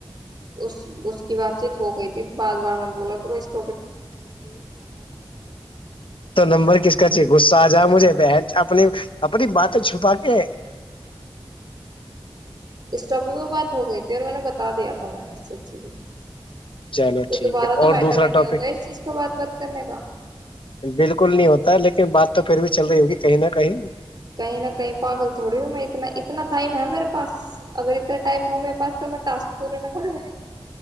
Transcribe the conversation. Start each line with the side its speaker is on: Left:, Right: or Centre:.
Right: اس اس کی بات <inaudible> ٹھیک ہو گئی تھی بار بار مت بولا کرو اس کو
Left: تو نمبر کس کا چاہے غصہ آ جاؤ مجھے بن اپنی اپنی باتیں چھپا کے
Right: اس ٹاپک پر بات ہو گئی تھی اور میں نے بتا دیا تھا میں نے اس سب چیزوں کو
Left: چلو
Right: تو
Left: ٹھیک
Right: دوبارہ
Left: ہے
Right: تو
Left: اور
Right: میٹر
Left: دوسرا
Right: ہی نہیں
Left: ٹاپک
Right: ہوتا ہے اس چیز کا بات بات کرنے کا
Left: بالکل نہیں ہوتا لیکن بات تو پھر بھی چل رہی ہوگی کہیں نہ کہیں
Right: کہیں نہ کہیں پاگل تھوڑی ہوں میں اتنا اتنا ٹائم ہے میرے پاس اگر اتنا ٹائم ہو میرے پاس تو میں ٹاسک پورے نہ کر لوں